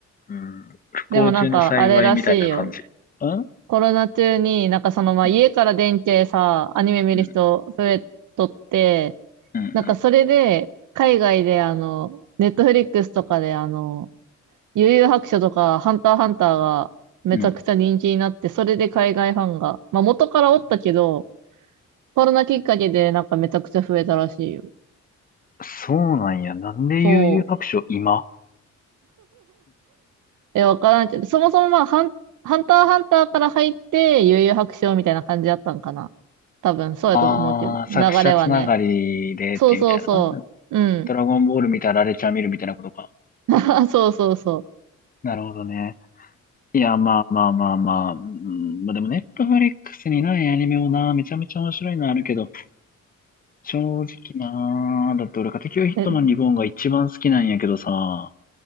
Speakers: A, on the left; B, on the right.
A: うん。不幸中の幸いみたいな感じ。
B: でもなんかあれらしいよ。
A: うん
B: コロナ中に、なんかそのまあ家から電気さ、
A: うん
B: アニメ見る人増えとって、
A: うんうん
B: なんかそれで、海外であの、ネットフリックスとかであの、幽遊白書とか、ハンターハンターがめちゃくちゃ人気になって、
A: うんうん
B: それで海外ファンが、まあ元からおったけど、コロナきっかけでなんかめちゃくちゃ増えたらしいよ。
A: そうなんや。なんで悠々白書今
B: そう。え、わからんけど、そもそもまあハン、ハンターハンターから入って、幽遊白書みたいな感じだったんかな。多分、そうやったと思うけど、
A: ああー、
B: 流れはね。
A: 作者つながりでってみたいな。
B: そうそうそう。うん。
A: ドラゴンボール見たらラレちゃん見るみたいなことか。
B: <laughs> あ、そうそうそ
A: なるほどね。いや、まあまあまあまあ。うん、まあでも、ネットフリックスにないアニメもな、めちゃめちゃ面白いのあるけど、正直なー、だって俺家テキオヒットマンリボンが一番好きなんやけどさ、
B: う。え、う